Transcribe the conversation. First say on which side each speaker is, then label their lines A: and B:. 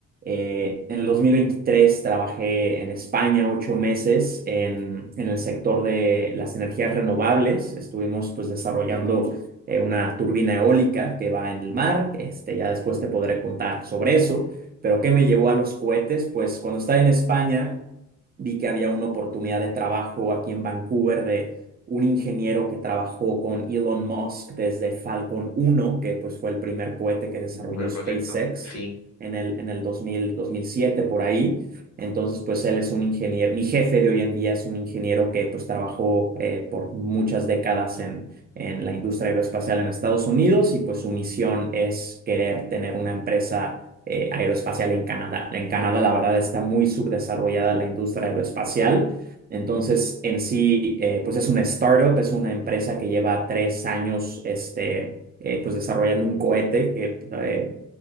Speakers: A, on the right (about 30°); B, on the left (about 55°).
A: Eh, en el 2023 trabajé en España ocho meses en, en el sector de las energías renovables. Estuvimos pues desarrollando eh, una turbina eólica que va en el mar. Este, ya después te podré contar sobre eso. Pero ¿qué me llevó a los cohetes? Pues cuando estaba en España vi que había una oportunidad de trabajo aquí en Vancouver de un ingeniero que trabajó con Elon Musk desde Falcon uno, que pues fue el primer cohete que desarrolló
B: el Primer
A: SpaceX
B: proyecto, sí,
A: en el, en el dos dos mil dos mil siete por ahí. Entonces, pues él es un ingeniero, mi jefe de hoy en día es un ingeniero que pues trabajó eh, por muchas décadas en, en la industria aeroespacial en Estados Unidos y pues su misión es querer tener una empresa eh, aeroespacial en Canadá. En Canadá, la verdad, está muy subdesarrollada la industria aeroespacial. Entonces, en sí, eh, pues es una startup, es una empresa que lleva tres años, este, eh, pues desarrollando un cohete que eh,